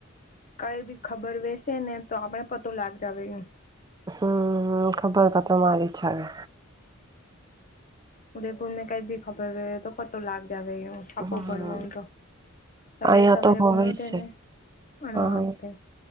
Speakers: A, on the left (about 40°); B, on the right (about 20°).
A: કઈ બી ખબર વેસે ને તો આપણે પતો લાગ જાવે એ.
B: હમ ખબર પતો મારી ઈચ્છા છે.
A: ઉદયપુરને કઈ ભી ખબર ગએ તો પતો લાગ જાવે એવો છાપો
B: હમ
A: ભણવાનું તો. સવેરે
B: અહીયા
A: સવેરે
B: તો હોવે
A: ભણો તેને
B: છે
A: અણવાજતે.
B: હા